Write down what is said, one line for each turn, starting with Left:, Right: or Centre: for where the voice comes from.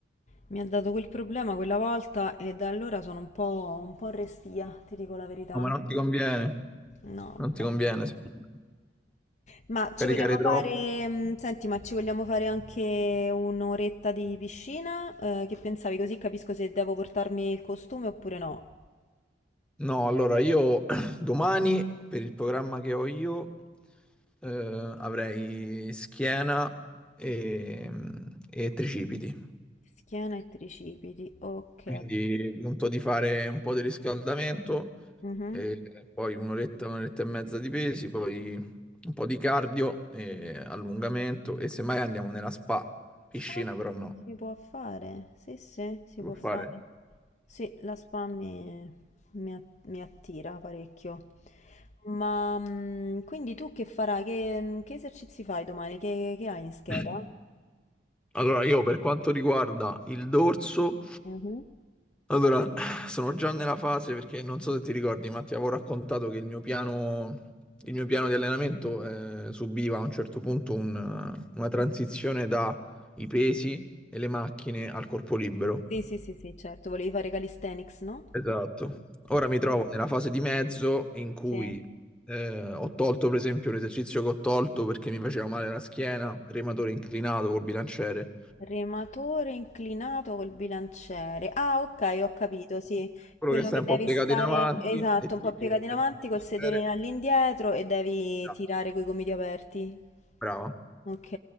Left: mi ha dato quel problema quella volta e da allora sono un po', un po' restia, ti dico la verità.
Centre: No, ma non ti conviene.
Left: No.
Centre: Non ti conviene, secondo me.
Left: Ma
Centre: Caricare
Left: ci vogliamo
Centre: troppo.
Left: fare, mm, senti, ma ci vogliamo fare anche un'oretta di piscina? Eh, che pensavi? Così capisco se devo portarmi il costume oppure no.
Centre: No, allora io <clears throat> domani per il programma che ho io eh, avrei schiena e, e tricipiti.
Left: Schiena e tricipiti, ok.
Centre: Quindi punto di fare un po' di riscaldamento
Left: Mhm.
Centre: e poi un'oretta, un'oretta e mezza di pesi, poi un po' di cardio e allungamento e semmai andiamo nella spa, piscina
Left: Ah,
Centre: però no,
Left: si può fare, sì, sì, si
Centre: si
Left: può
Centre: può fare.
Left: fare. Sì, la spa mi, mi a- mi attira parecchio. Ma mm, quindi tu che farai? Che, che esercizi fai domani? Che, che hai in scheda?
Centre: Mm. Allora, io per quanto riguarda il dorso,
Left: Mhm.
Centre: allora sono già nella fase perché non so se ti ricordi, ma ti avevo raccontato che il mio piano, il mio piano di allenamento eh, subiva a un certo punto un- una transizione dai pesi e le macchine al corpo libero.
Left: Sì, sì, sì, sì, certo, voleva Regalistenics, no?
Centre: Esatto.
Left: Eh,
Centre: Ora mi trovo nella fase di mezzo in cui
Left: sì.
Centre: eh, ho tolto, per esempio, un esercizio che ho tolto perché mi faceva male la schiena, rematore inclinato col bilanciere.
Left: Rematore inclinato col bilanciere. Ah, ok, ho capito, sì.
Centre: Quello
Left: Quello
Centre: che stai
Left: che
Centre: un
Left: devi
Centre: po' piegato
Left: stare,
Centre: in avanti
Left: esatto,
Centre: e ti
Left: un po' piegato
Centre: prendi
Left: in avanti
Centre: il
Left: col
Centre: bicchiere.
Left: sedere in- all'indietro e devi
Centre: Ah,
Left: tirare coi gomiti aperti.
Centre: Brava.
Left: Ok.